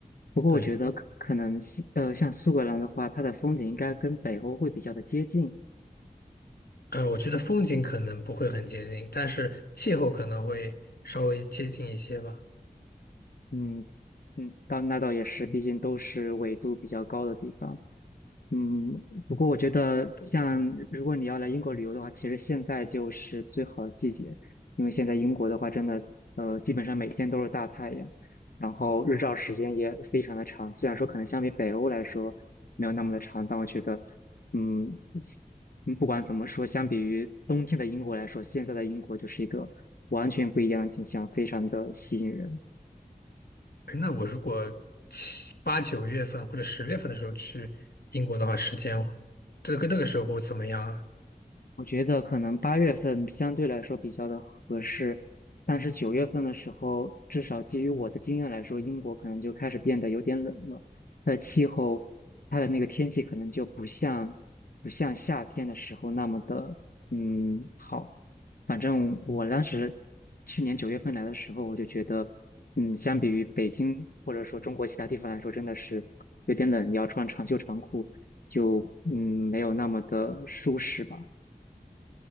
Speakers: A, on the left; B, on the left.
A: 不过我觉得可可能西呃像苏格兰的话，
B: 对，
A: 它的风景应该跟北欧会比较的接近，
B: 呃，我觉得风景可能不会很接近，但是气候可能会稍微接近一些吧。
A: 嗯嗯，倒那倒也是，毕竟都是纬度比较高的地方。嗯，不过我觉得像如果你要来英国旅游的话，
B: 对对，
A: 其实现在就是最好的季节，因为现在英国的话，真的呃基本上每天都是大太阳，然后日照时间也非常的长。虽然说可能相比北欧来说没有那么的长，但我觉得嗯嗯不管怎么说，相比于冬天的英国来说，现在的英国就是一个完全不一样的景象，非常的吸引人。
B: 那我如果七八九月份或者十月份的时候去英国的话，时间这个那个时候会怎么样啊？
A: 我觉得可能八月份相对来说比较的合适，但是九月份的时候，至少基于我的经验来说，英国可能就开始变得有点冷了。它的气候，它的那个天气可能就不像不像夏天的时候那么的嗯好。反正我当时去年九月份来的时候，我就觉得，嗯，相比于北京或者说中国其他地方来说，真的是有点冷，要穿长袖长裤，就嗯没有那么的舒适吧。